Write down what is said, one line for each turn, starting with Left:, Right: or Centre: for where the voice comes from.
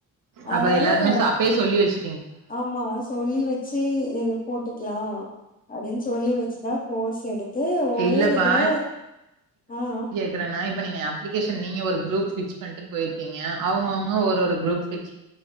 Right: அப்ப
Left: அதால
Right: எல்லாருமே சா அப்பே சொல்லி வெச்சி
Left: ஆமா சொல்லி வெச் ச்சி நீங்க போட்டுக்லா அப்டின் சொல்லி வெச்சுதா கோர்ஸ் எடுத் து ஒரே
Right: இல்லப்பா
Left: இதுல ஆ
Right: க்குறனா இப்ப நீங்க அப்ளிகேஷன் நீங்க ஒரு குரூப் ஃபிக்ஸ் பண்ட்டு போய்ருப்பீங்க அவ்ங்க அவ்ங்க ஒரு ஒரு குரூப் ஃபிக்ஸ்